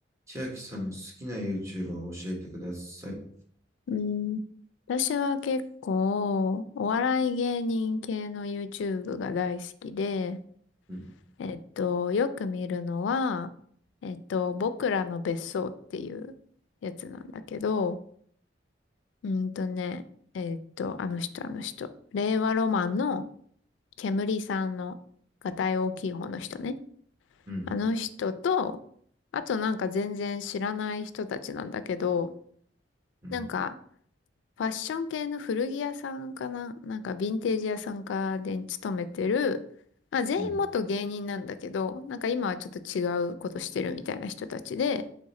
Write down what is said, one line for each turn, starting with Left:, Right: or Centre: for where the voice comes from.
Right: 千秋さん、好きな YouTuber を教えてください。
Left: うん。私は結構、お笑い芸人系の YouTube が大好きで、
Right: うん、
Left: えっと、よく見るのは、えっと、僕らの別荘っていうやつなんだけど、うんとね、えっと、あの人、あの人、令和ロマンの煙さんの、がたい大きい方の人ね。
Right: うん、
Left: あの人と、あとなんか全然知らない人たちなんだけど、
Right: うん、
Left: なんか、ファッション系の古着屋さんかななんかヴィンテージ屋さんかで勤めてる、まあ全員元芸人なんだけど、
Right: うん、
Left: なんか今はちょっと違うことしてるみたいな人たちで、